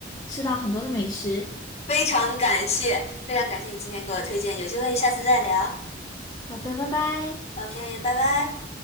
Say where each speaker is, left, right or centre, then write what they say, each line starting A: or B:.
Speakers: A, on the left; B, on the left.
A: 吃到很多的美食。
B: 非常感谢，非常感谢你今天给我推荐，有机会下次再聊。
A: 好的，拜拜。
B: OK，拜拜。